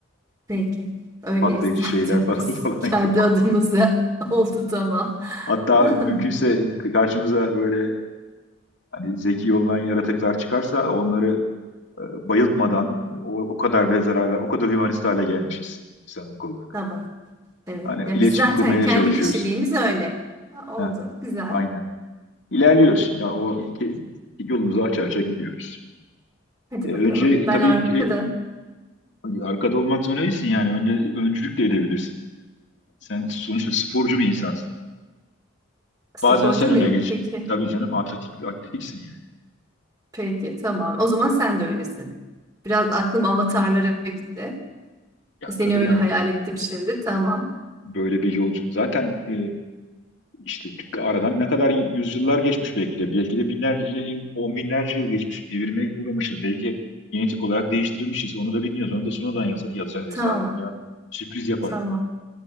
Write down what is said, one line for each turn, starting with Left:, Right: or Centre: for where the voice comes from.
Right: Peki. öyleyiz
Left: Patlayıcı
Right: zaten
Left: şeyler falan
Right: <laughs> biz
Left: <laughs> falan
Right: kendi
Left: yok.
Right: adımıza <laughs> oldu tamam.
Left: Hatta
Right: <laughs>
Left: mümkünse karşımıza böyle hani zeki olmayan yaratıklar çıkarsa onları e, bayıltmadan o, o kadar bile zarar ver, o kadar hümanist hale gelmişiz insanlık olarak.
Right: Tamam. Evet.
Left: Hani
Right: Ya
Left: iletişim
Right: biz zaten
Left: kurmaya
Right: kendi
Left: çalışıyoruz.
Right: kişiliğimiz öyle. Ha,
Left: Heh,
Right: Oldu. Güzel.
Left: aynen. İlerliyoruz şimdi. Ya o ke- yolumuzu aça aça gidiyoruz.
Right: Hadi
Left: E,
Right: bakalım.
Left: önce
Right: Ben
Left: tabii
Right: arkada
Left: e, arkada olmak zorunda değilsin yani. Önce öncülük de edebilirsin. Sen sonuçta sporcu bir insansın.
Right: sporcu
Left: Bazen sen
Right: muyum?
Left: öne geç.
Right: Peki.
Left: Tabii canım atletik atletiksin yani.
Right: Peki. Tamam. O zaman sen de öylesin. Biraz aklım avatarlara gitti.
Left: Ya
Right: Seni
Left: tabii
Right: öyle
Left: yani
Right: hayal ettim şimdi. Tamam.
Left: böyle bir yolcu. Zaten e, işte aradan ne kadar yüzyıllar geçmiş belki de. Belki de binlerce yıl, on binlerce yıl geçmiş. evirmeye uğramışız. Belki genetik olarak değiştirilmişiz. Onu da bilmiyoruz. Onu da sonradan yaz yazacağız, yazardık
Right: Tamam.
Left: ya. Sürpriz yapardık.
Right: Tamam.